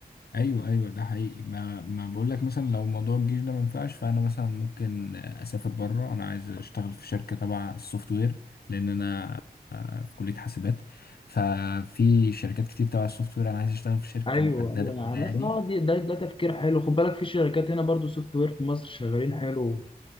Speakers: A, on the left; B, on the left.
A: ايوه ايوه ده حقيقي ما ما بقول لك مثلا لو موضوع الجيش ده ما ينفعش فانا مثلا ممكن آه، اسافر بره انا عايز اشتغل في شركة تبع السوفت وير لان انا آه، في كلية حاسبات ففي شركات كتير تبع السوفت وير انا عايز اشتغل في شركة
B: ايوه
A: محددة
B: ايوه انا
A: كده
B: عملت
A: يعني
B: اه دي- ده ده تفكير حلو خد بالك في شركات هنا برضو سوفت وير في مصر شغالين حلو